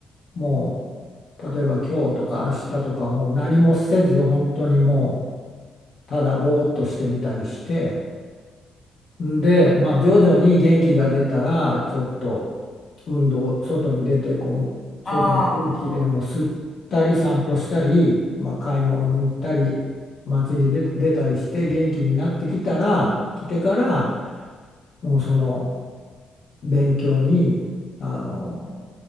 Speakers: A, on the left; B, on the left.
A: もう例えば今日とか明日とかもう何もせず本当にもうただぼーっとしてみたりしてで、まあ、徐々に元気が出たらちょっと運動外に出てこう外の空気でも吸ったり散歩したり、
B: ああ、運動。
A: まあ、買い物に行ったり街に出、出たりして元気になってきたら来てからもうその勉強にあの